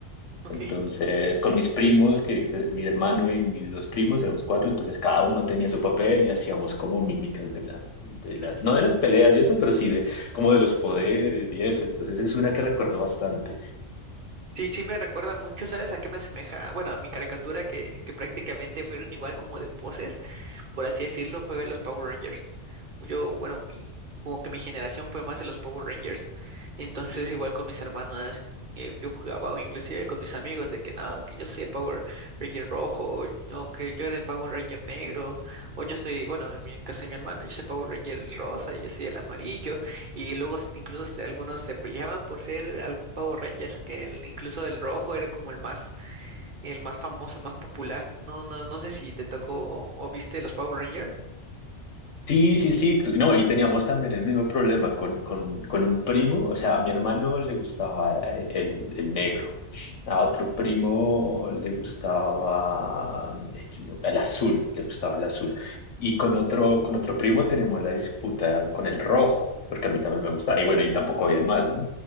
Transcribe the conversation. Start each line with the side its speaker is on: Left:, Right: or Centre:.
Right: Ok.
Left: entonces, con mis primos, que pues, mi hermano y mis dos primos, éramos cuatro, entonces cada uno tenía su papel y hacíamos como mímicas de la, de
Right: <laughs>
Left: la,
Right: Ujú.
Left: no de las peleas y eso, pero sí de como de los poderes y eso. Entonces es una que recuerdo bastante.
Right: Sí, sí me recuerda mucho, ¿sabes? ¿A qué me asemeja? Bueno, a mi caricatura que, que prácticamente fueron igual como de poses. por así decirlo, fue los Power Rangers. Yo, bueno, mi, como que mi generación fue más de los Power Rangers. Entonces, igual con mis hermanas, eh, yo jugaba o inclusive con mis amigos de que no, que yo soy el Power Ranger rojo, o que yo era el Power Ranger negro, o yo soy, bueno, en el caso de mi hermana, yo soy Power Ranger rosa y yo soy el amarillo. Y luego s- incluso se- algunos se peleaban por ser algún Power Ranger, que el- incluso el rojo era como el más el más famoso, el más popular. No, no, no sé si te tocó o, o viste los Power Rangers.
Left: Sí, sí, sí, tú- no, y teníamos también el mismo problema con, con, con un primo, o sea, a mi hermano le gustaba eh, el, el negro, a otro primo le gustaba eh, yo no- el azul, le gustaba el azul, y con otro, con otro primo tenemos la disputa con el rojo, porque a mí también me gustaba, y bueno, y tampoco habían más, ¿no?